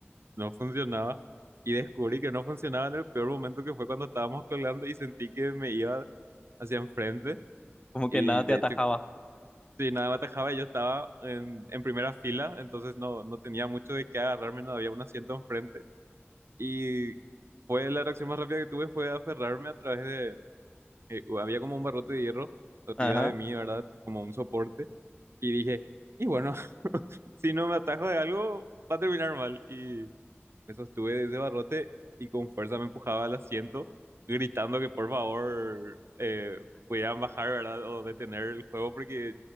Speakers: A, on the right (about 70°); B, on the left (about 25°).
A: no funcionaba, y descubrí que no funcionaba en el peor momento que fue cuando estábamos colgando y sentí que me iba hacia enfrente
B: Como que
A: y
B: nada te
A: de
B: atajaba.
A: hecho, si nada me atajaba, yo estaba en, en primera fila, entonces no, no tenía mucho de qué agarrarme, no había un asiento enfrente y fue la reacción más rápida que tuve fue aferrarme a través de, eh, había como un barrote de hierro arriba
B: Ajá.
A: de mí, ¿verdad? Como un soporte y dije... Y bueno, si no me atajo de algo, va a terminar mal. Y me sostuve de ese barrote y con fuerza me empujaba al asiento, gritando que por favor eh, pudieran bajar, ¿verdad? O detener el juego porque